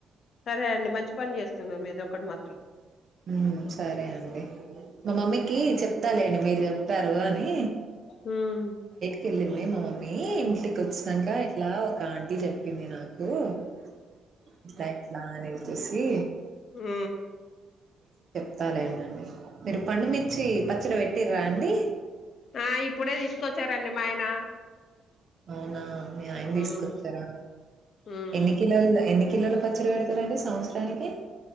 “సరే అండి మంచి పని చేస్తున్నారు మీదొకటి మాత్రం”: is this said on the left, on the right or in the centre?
Left